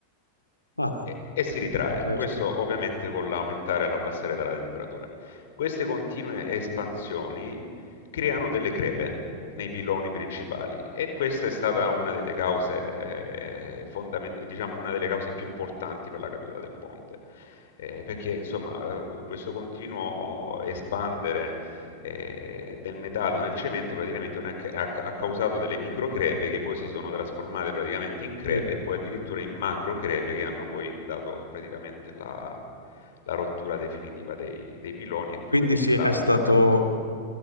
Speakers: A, on the left (about 85°); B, on the left (about 60°).
A: Ah,
B: e, e si ritrae.
A: certo.
B: Questo ovviamente con l'aumentare e l'abbassare della temperatura. Queste continue espansioni creano delle crepe nei piloni principali e questa è stata una delle cause, eh, fondament- diciamo una delle cause più importanti per la caduta del ponte, Eh, perché insomma eh, questo continuo oh, espandere eh, del metallo nel cemento praticamente non è ca- ha, ha causato delle microcrepe che poi si sono trasformate praticamente in crepe
A: Sì.
B: e poi addirittura in macrocrepe che hanno poi dato praticamente la, la rottura definitiva dei, dei piloni e quindi
A: Quindi sì,
B: la
A: è stato
B: la caduta.